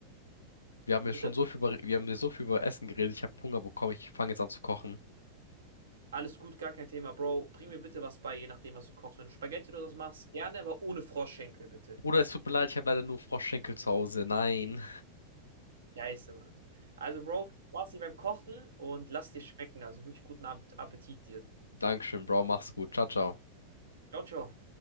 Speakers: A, on the left (about 75°); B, on the right (about 65°).
A: wir haben
B: Wie
A: ja schon
B: bitte?
A: so viel über, wir haben ja so viel über Essen geredet. Ich habe Hunger bekommen. Ich fange jetzt an zu kochen.
B: Alles gut, gar kein Thema, Bro. Bring mir bitte was bei, je nachdem, was du kochst. Wenn du Spaghetti oder was machst, gerne, aber ohne Froschschenkel, bitte.
A: Bruder, es tut mir leid, ich habe leider nur Froschschenkel zu Hause. Nein.
B: Scheiße, Mann. Also, Bro, viel Spaß hier beim Kochen und lass dir schmecken. Also wirklich guten Ab- Appetit dir.
A: Dankeschön, Bro. Mach's gut. Ciao, ciao.
B: Ciao, ciao.